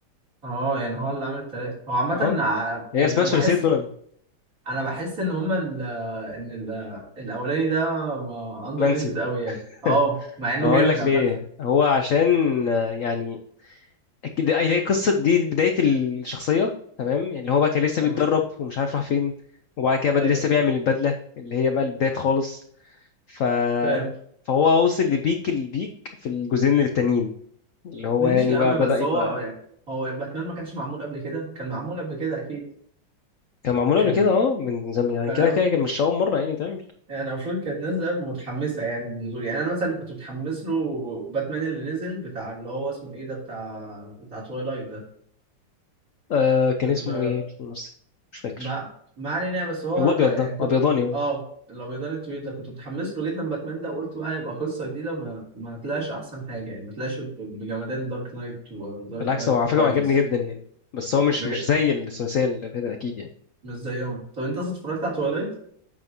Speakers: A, on the right; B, on the left.
A: اه يعني هو اللي عامل التلاته هو عامه
B: اه
A: ع-
B: هي
A: ال-
B: اسمها
A: انا
B: ثلاثيه
A: بحس
B: نولان
A: انا بحس ان هما ال ان ال الاولاني ده اندر
B: منسي
A: ريتد قوي يعني اه
B: <laughs>
A: مع انه
B: هقول
A: جامد
B: لك
A: عامه
B: ليه هو عشان آه، يعني اكيد هي قصه دي بدايه الشخصيه تمام اللي هو بقى كان لسه
A: تمام
B: بيتدرب ومش عارف راح فين وبعد كده بدأ
A: ايوه
B: لسه بيعمل البدله اللي هي بقى البدايه خالص ف
A: فاهم
B: فهو وصل لبيك البيك في الجزئين التانيين اللي هو
A: ماشي
B: يعني
A: يا
B: بقى
A: عم
B: بدأ
A: بس
B: يبقى
A: هو يعني هو باتمان ما كانش معمول قبل كده كان معمول قبل كده اكيد
B: كان معمول
A: كان
B: قبل كده اه من زمان يعني
A: فاهم
B: كده كده كان مش أول مرة يعني تعمل
A: يعني المفروض كانت نازله متحمسه يعني للنزول يعني انا مثلا كنت متحمس له باتمان اللي نزل بتاع اللي هو اسمه ايه ده بتاع بتاع توايلايت ده
B: آه كان
A: ال-
B: اسمه ايه الممثل مش فاكر
A: ما ما علينا يعني، بس هو
B: الابيض
A: ك... يعني
B: ده
A: كنت
B: ابيضاني هو
A: اه الابيضان الطويل ده كنت متحمس له جدا باتمان ده وقلت بقى هيبقى قصه جديده ما ما طلعش احسن حاجه يعني ما طلعش ب- بجمدان دارك نايت ودارك
B: بالعكس
A: نايت
B: هو على فكره
A: رايزز
B: هو عجبني جدا يعني بس هو مش
A: بج...
B: مش زي الثلاثيه اللي فاتت اكيد يعني
A: مش زيهم طب انت اصلا اتفرجت على تويلايت